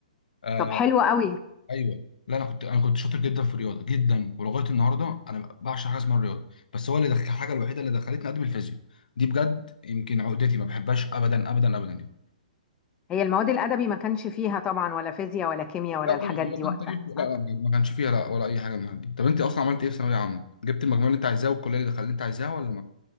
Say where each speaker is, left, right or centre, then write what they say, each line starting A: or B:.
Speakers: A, on the left (about 75°); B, on the left (about 20°).
A: آه
B: طب حلو قوي
A: ايوه لا انا كنت انا كنت شاطر جدا في الرياضه جدا ولغايه النهارده انا بعشق حاجه اسمها الرياضه بس هو اللي دخل الحاجه الوحيده اللي دخلتني ادب الفيزياء دي بجد يمكن عقدتي ما بحبهاش ابدا ابدا ابدا يعني
B: هي المواد الأدبي ما كانش فيها طبعا ولا فيزياء ولا كيمياء ولا
A: لا طبعا
B: الحاجات
A: هو
B: دي
A: كان
B: وقتها
A: تاريخ لا
B: صح؟
A: لا ما كانش فيها لا ولا اي حاجه من الحاجات دي طب انت اصلا عملت ايه في ثانويه عامه جبت المجموع اللي انت عايزاه والكليه اللي دخلت اللي انت عايزاها ولا